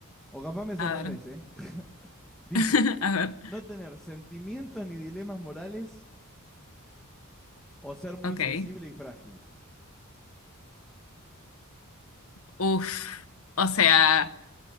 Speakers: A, in the centre; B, on the left (about 75°).
A: O capaz me sorprendes,
B: A ver.
A: ¿eh? <laughs> Dice,
B: <laughs> A ver.
A: no tener sentimientos ni dilemas morales o ser muy
B: Ok.
A: sensible y frágil.
B: Uf. O sea,